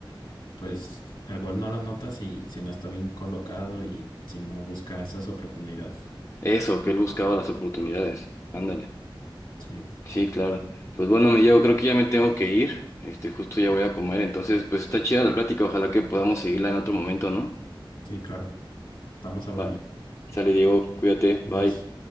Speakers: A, on the left (about 70°); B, on the left (about 35°).
A: pues el gol no lo notas si, si no está bien colocado y si no busca esas oportunidades.
B: Eso, que él buscaba las oportunidades. Ándale.
A: Sí,
B: Sí, claro. Pues bueno, me llevo, creo que ya me tengo que ir. Este, justo ya voy a comer. Entonces, pues está chida la plática. Ojalá que podamos seguirla en otro momento, ¿no?
A: sí, claro. Estamos hablando.
B: Vale. Sale, Diego, cuídate.
A: Dios.
B: Bye.